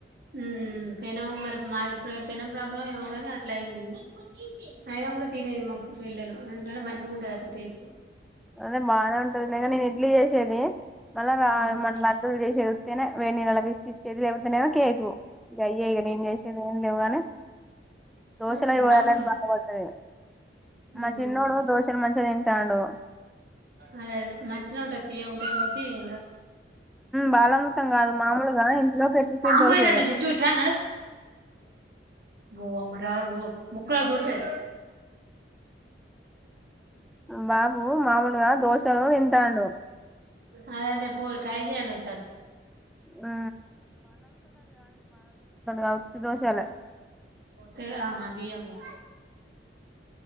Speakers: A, on the right; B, in the centre.
A: మ్ పెనం మరి మాది పె పెనం ప్రాబ్ మో ఏమో గని అట్ల అయింది. అయినా గుడా తినేది మా పిల్లలు ఎందుకంటే మంచిగుంటదట టేస్ట్
B: అదే బానే ఉంటదిలే గని నేన్ ఇడ్లీ చేసేది మళ్ళ
A: ఉమ్
B: రా మళ్ళ లడ్డులు చేసేవ్ గనే వెేడి నీళ్ళల్ల పిసికిస్తే చేది లేకపోతేనేమో కేకు ఇగ అయ్యే ఇగ నేన్ చేసేద్ ఏం లేవు గని దోశలై
A: తాగు
B: పోయాలని
A: తాగు
B: బాగుపడది మా
A: ఉమ్
B: చిన్నోడు దోశలు మంచిగా తింటాండు.
A: అదే అదే మంచిగనే ఉంటది తీయగుంటది కాబట్టి ఏం కాద్
B: బాలమృతం కాదు మామూలుగా ఇంట్లో పెట్టిపోయిన
A: పాం
B: దోశలు
A: పోయిందట లిట్టు ఇట్రా నడు ఓ అమ్మరారో ముక్కలా దూర్తయి
B: బాబు మామూల్గా దోశలు తింటాండు.
A: అదే అదే పో ట్రై చేయండి ఒకసారి
B: ఆ కాదు ఉత్తి దోశలే
A: తే ఆహా బియ్యము